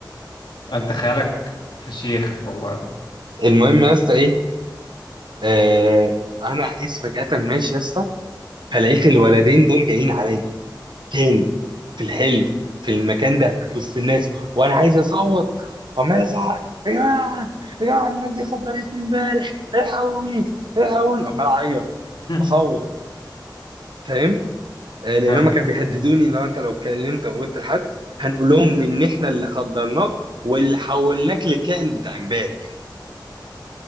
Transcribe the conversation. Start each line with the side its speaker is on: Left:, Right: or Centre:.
Left: انت خيالك فشيخ والله
Right: المهم يا اسطى ايه آه انا قيس فجأة ماشي يا اسطى فلقيت الولدين دول جايين عليا تاني في الحلم في المكان ده وسط الناس وانا عايز اصوت وعمال ازعق يا جماعه يا جماعه الناس دي خدرتني امبارح الحقوني الحقوني عمال اعيط
Left: <laughs>
Right: اصوت فاهم آه، لان
Left: فاهم
Right: هم كانوا بيهددوني لو انت لو اتكلمت او قلت لحد هنقول لهم ان احنا اللي خدرناك واللي حولناك لكائن بتاع امبارح